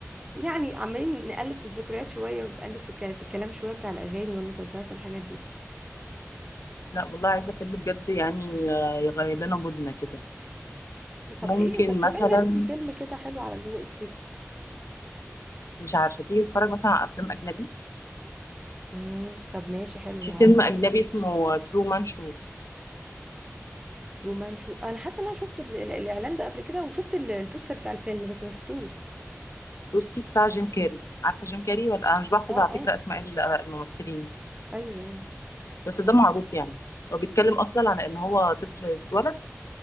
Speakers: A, on the right (about 15°); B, on the left (about 80°).
A: يعني عمالين نقلب في الذكريات شوية ونقلب في الكلام في الكلام شوية بتاع الأغاني والمسلسلات والحاجات دي
B: لا والله عايزه فيلم بجد يعني آه، يغير لنا مودنا كده
A: طب
B: ممكن
A: ايه طب شوفي
B: مثلا
A: لنا انتي فيلم كده حلو على ذوقك كده
B: مش عارفه تيجي نتفرج مثلا على افلام اجنبي
A: امم طب ماشي حلو
B: في
A: عارفة
B: فيلم اجنبي
A: حاجة
B: اسمه ترو مان شو
A: رومانشو انا حاسة ان انا شفت ال- ال- الإعلان ده قبل كده وشفت ال- البوستر بتاع الفيلم بس ما شفتوش
B: روسي بتاع جيم كاري عارفه جيم كاري ولا انا مش بحفظ
A: اه
B: على
A: اه
B: فكره اسماء ال- الممثلين
A: ايوه ايوه
B: بس ده معروف يعني هو بيتكلم اصلا على ان هو طفل اتولد